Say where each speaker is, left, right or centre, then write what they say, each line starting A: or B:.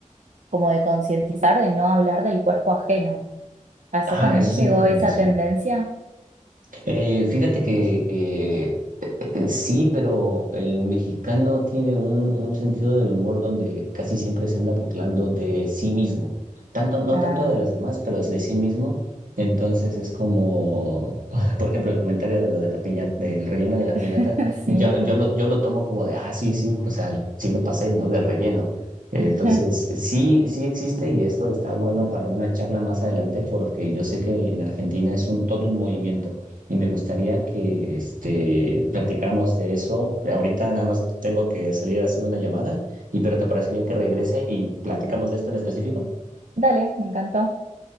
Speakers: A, on the right; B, on the right.
A: como de concientizar, de no hablar del cuerpo ajeno. ¿Allá
B: Ah,
A: también
B: eso
A: llegó
B: es importante,
A: esa
B: sí.
A: tendencia?
B: Eh, fíjate que eh, eh, eh, sí, pero el mexicano tiene un, un sentido del humor donde casi siempre se anda burlando de sí mismo. Tanto, no
A: Ah,
B: tanto de los demás, pero de sí mismo. Entonces es como, <laughs> por ejemplo, el comentario de lo de la piñata, del relleno de la
A: <laughs>
B: piñata,
A: sí.
B: yo, yo lo, yo lo tomo como de, ah, sí, sí, o sea, sí me pasé, ¿no? De relleno. Eh,
A: <laughs>
B: Entonces, sí, sí existe y esto está bueno para una charla más adelante porque yo sé que en Argentina es un todo un movimiento y me gustaría que este, platicáramos de eso. Ahorita nada más tengo que salir a hacer una llamada, y pero ¿te parece bien que regrese y platicamos de esto en específico?
A: Dale, me encantó.